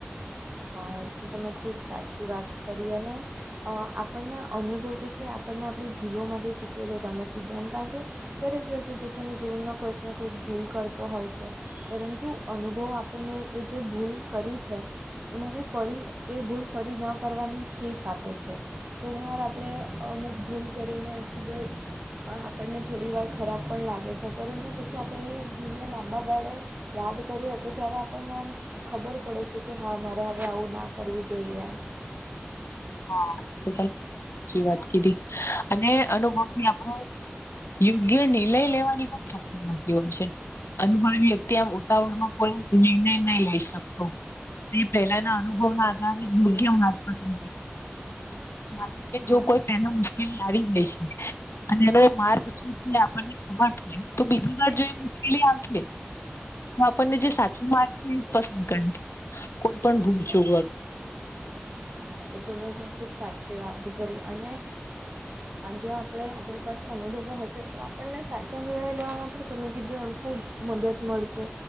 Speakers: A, on the right (about 45°); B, on the left (about 75°).
A: <unintelligible> તમે ખૂબ સાચી વાત કરી અને અ આપણને અનુભવ જે છે આપણને આપણી ભૂલો માંથી શીખવે છે તમે કીધું એમ કારણ કે દરેક વ્યક્તિ પોતાના જીવનમાં કોઈક ને કોઈક ભૂલ કરતો હોય છે. પરંતુ અનુભવ આપને એ જે ભૂલ કરી છે એમાં થી ફરી એ ભૂલ ફરી ન કરવાની શીખ આપે છે ઘણીવાર આપણે અમુક ભૂલ કરીને ખુબ જ આપણને થોડી વાર ખરાબ પણ લાગે છે પરંતુ પછી આપણે એ ભૂલને લાંબા ગાળે યાદ કરીએ તો ત્યારે આપણને એમ ખબર પડે છે કે હા મારા આવું ના કરવું જોઈએ.
B: હા સાચી વાત કીધી અને અનુભવથી આપણો- યોગ્ય નિર્ણય લેવાની પણ શક્તિ મળતી હોય છે. અનુભવી વ્યક્તિ આમ ઉતાવળમાં કોઈ નિર્ણય નહી લઈ શકતો. તે પેલાના અનુભવના આધારે યોગ્ય માર્ગ પસંદ <unintelligible> મા કે જો
A: હા
B: કોઈ પેલા મુશ્કેલી આવી ગઈ છે. અને એનો માર્ગ શું છે આપણને ખબર છે તો બીજી વાર જો મુશ્કેલી આવશે. હા તો આપણને જે સાચી વાત છે એ પસંદ કરે છે કોઈ પણ ભૂલચૂક વગર
A: હા એ તો તમે ખૂબ સાચી વાત કરી અને આજ જો આપણે આપણી પાસે અનુભવો હશે તો આપણને સાચા નિર્ણય લેવામાં પણ તમે કીધું એમ ખૂબ મદદ મળશે